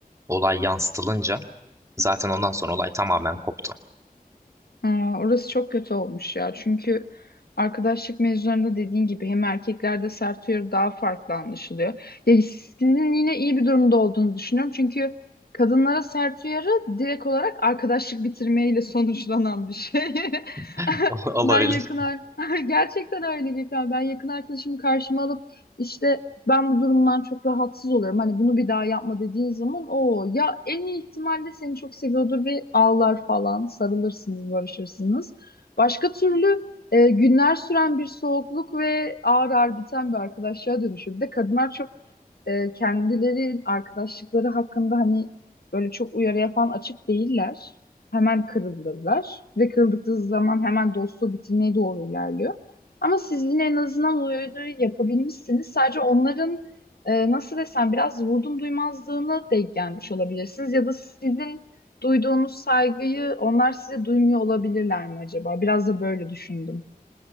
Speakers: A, on the right (about 20°); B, on the left (about 80°).
A: olay yansıtılınca zaten ondan sonra olay tamamen koptu.
B: Aa, orası çok kötü olmuş ya. Çünkü arkadaşlık mevzularında dediğin gibi hem erkeklerde sert uyarı daha farklı anlaşılıyor. Ya sizin yine iyi bir durumda olduğunuzu düşünüyorum. Çünkü kadınlara sert uyarı direkt olarak arkadaşlık bitirmeyle <laughs> sonuçlanan bir şey.
A: <laughs>
B: <laughs>
A: Olabilir.
B: Ben yakın ar- <laughs> gerçekten öyle Gökhan. Ben yakın arkadaşımı karşıma alıp işte Ben bu durumdan çok rahatsız oluyorum. Hani bunu bir daha yapma dediğin zaman o ya en iyi ihtimalle seni çok seviyordur ve ağlar falan, sarılırsınız, barışırsınız. Başka türlü e, günler süren bir soğukluk ve ağır ağır biten bir arkadaşlığa dönüşüyor. Bir de kadınlar çok e, kendileri arkadaşlıkları hakkında hani böyle çok uyarı yapan açık değiller. Hemen kırılırlar ve kırıldıkları zaman hemen dostluğu bitirmeye doğru ilerliyor. Ama siz yine en azından o öğünü yapabilmişsiniz. Sadece onların e, nasıl desem biraz vurdum duymazlığına denk gelmiş olabilirsiniz. Ya da sizin duyduğunuz saygıyı onlar size duymuyor olabilirler mi acaba? Biraz da böyle düşündüm.